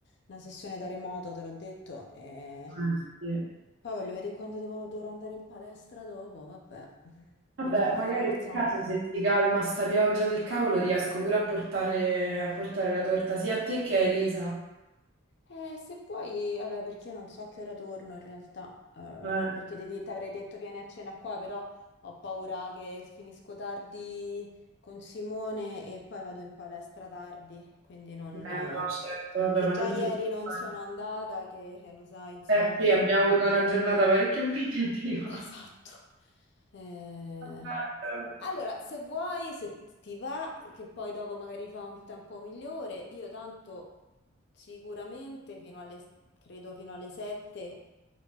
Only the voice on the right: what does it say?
Eh, sì.
Vabbè,
magari
nel caso se si calma sta pioggia del cavolo riesco pure a portare, a portare la torta sia a te che a Elisa.
Eh,
eh,
no, certo, vabbè,
ma
non
ti preoccupare.
Eh sì, abbiamo avuto una giornata parecchio <laughs> impegnativa.
Mannaggia.